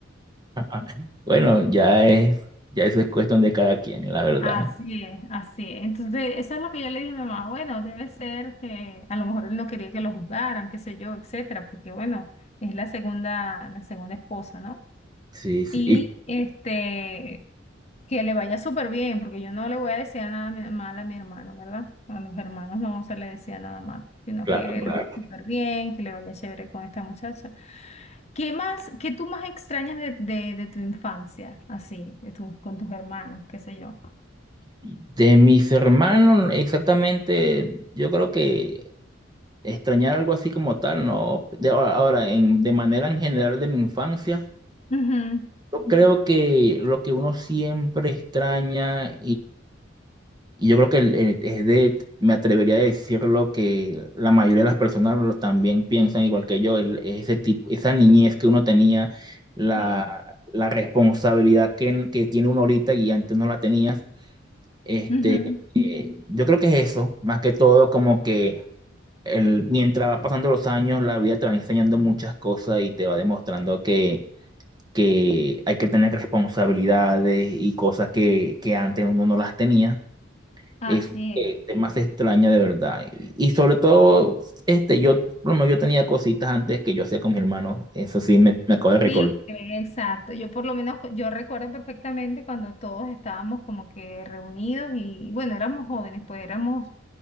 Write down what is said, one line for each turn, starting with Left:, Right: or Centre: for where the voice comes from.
Right: Ajá. Bueno, ya es, ya eso es cuestión de cada quien, la verdad.
Left: Así es, así es. Entonces, eso es lo que yo le dije a mi mamá. Bueno, debe ser que a lo mejor él no quería que lo juzgaran, qué sé yo, etcétera, porque bueno, es la segunda, la segunda esposa, ¿no?
Right: Sí, sí,
Left: Y
Right: y
Left: este, que le vaya súper bien, porque yo no le voy a desear nada mi- mal a mi hermano, ¿verdad? A los hermanos no se le desea nada malo, sino
Right: claro,
Left: que le
Right: claro.
Left: vaya súper bien, que le vaya chévere con esta muchacha. ¿Qué más, qué tú más extrañas de, de, de tu infancia, así, de tus con tus hermanos, qué sé yo?
Right: De mis hermanos, exactamente, yo creo que extrañar algo así como tal, no. De ahora, ahora, en, de manera en general de mi infancia,
Left: Ujú.
Right: yo creo que lo que uno siempre extraña Y yo creo que el- el- es de, me atrevería a decirlo que la mayoría de las personas lo- también piensan igual que yo, el- ese tipo, esa niñez que uno tenía, la,
Left: Sí.
Right: la responsabilidad que, que tiene uno ahorita y antes no la tenías. Este,
Left: Ujú,
Right: eh, yo creo que es eso, más que todo como que el, mientras va pasando los años, la vida te va enseñando muchas cosas y te va demostrando que, que hay que tener responsabilidades y cosas que, que antes uno no las tenía.
Left: Así
Right: Es que
Left: es.
Right: es más extraña de verdad. Y, y sobre todo, este, yo, por lo menos yo tenía cositas antes que yo hacía con mis hermanos. Eso sí, me, me acabo de recordar.
Left: Viste, exacto. Yo por lo menos, yo recuerdo perfectamente cuando todos estábamos como que reunidos y bueno, éramos jóvenes, pues éramos,